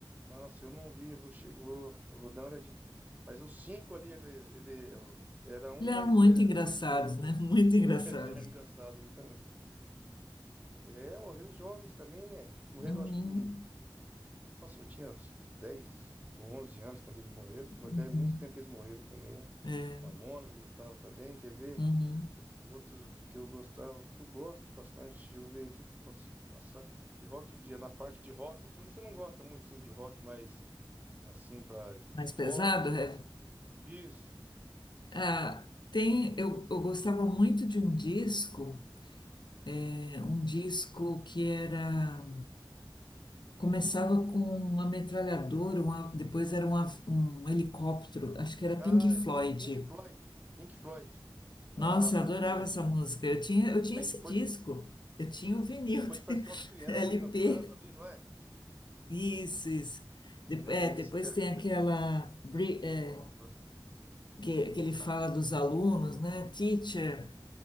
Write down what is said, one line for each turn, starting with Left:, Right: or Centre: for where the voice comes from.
Right: Nossa, eu não vi, eu vou, che- vou, eu vou dar uma olhadinha. Mas os cinco ali, ele, ele era um
Left: Eles
Right: mais
Left: eram muito
Right: é,
Left: engraçados,
Right: doido que o outro,
Left: né?
Right: né?
Left: <laughs> Muito engraçados.
Right: Beleza, <laughs> era engraçado. É, morreram os jovens também, né? Morreram,
Left: Uhum.
Right: acho que. Nossa, eu tinha acho que 10 ou 11 anos quando eles morreram. Mas
Left: Uhum.
Right: faz muito tempo que eles morreram também, né?
Left: É.
Right: Mamonas eu gostava também, quer ver?
Left: Uhum.
Right: Outros que eu gostava, que eu gosto bastante. Deixa eu ver aqui que eu posso te passar. De rock, de, na parte de rock, assim, você não gosta muito assim, de rock, mas assim, pra, de, de
Left: Mais
Right: fora,
Left: pesado,
Right: de-
Left: é?
Right: do- isso.
Left: Ah, tem, eu, eu gostava muito de um disco, é, um disco que era. Começava com uma metralhadora, uma, depois era um av- um helicóptero, acho que era
Right: Ah,
Left: Pink Floyd.
Right: é Pink, Pink Floyd. Pink Floyd. Ah,
Left: Nossa,
Right: bacana.
Left: eu adorava essa música. Eu tinha, eu tinha
Right: Aí
Left: esse
Right: depois.
Left: disco. Eu tinha o vinil
Right: E depois parece que é
Left: <laughs>
Right: umas crianças
Left: LP.
Right: cantando ali, não é?
Left: Isso, isso. Depo-
Right: Ah,
Left: é,
Right: esse
Left: depois
Right: então é
Left: tem aquela bri- é,
Right: Pink Floyd.
Left: que, que ele fala dos alunos, né? Teacher,